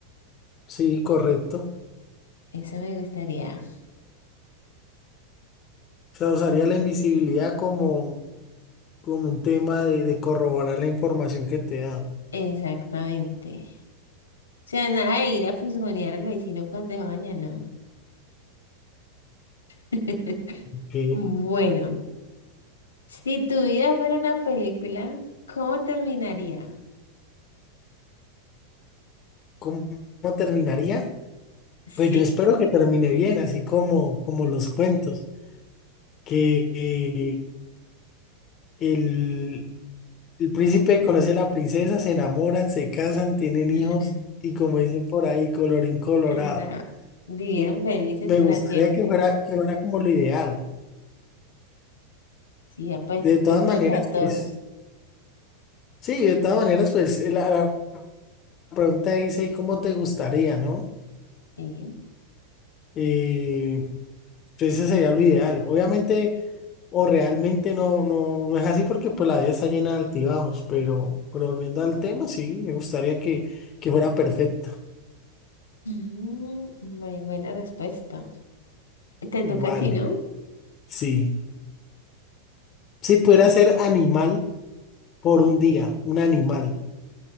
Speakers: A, on the left; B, on the left.
A: Sí, correcto.
B: Eso me gustaría.
A: O sea, usaría la invisibilidad como como un tema de, de corroborar la información que te da.
B: Exactamente. O sea, nada de ir a fisgonear al vecino cuando se baña, no. <laughs>
A: Ok.
B: Bueno, si tu vida fuera una película, ¿cómo terminaría?
A: ¿Cómo, cómo terminaría?
B: Sí.
A: Pues yo espero que termine bien, así como, como los cuentos, que eh, el, el príncipe conoce a la princesa, se enamoran, se casan, tienen hijos
B: <laughs>
A: y como dicen por ahí, colorín colorado.
B: Eh, no, Vivieron
A: Sí,
B: felices
A: me
B: para
A: gustaría
B: siempre.
A: que fuera, que fuera como lo ideal.
B: Sí, ya pues
A: De
B: yo
A: todas
B: creo
A: maneras,
B: que a todos.
A: pues, sí, de todas maneras, pues la, la pregunta dice, ¿cómo te gustaría, no?
B: Sí.
A: Eh, entonces Ese sería lo ideal. Obviamente, o realmente no, no, no es así porque pues la vida está llena de altibajos, pero, pero volviendo al tema, sí, me gustaría que, que fuera perfecta.
B: <clears throat> muy buena respuesta. Te
A: Vale,
B: toca a ti, ¿no?
A: sí. Si pudiera ser animal por un día, un animal.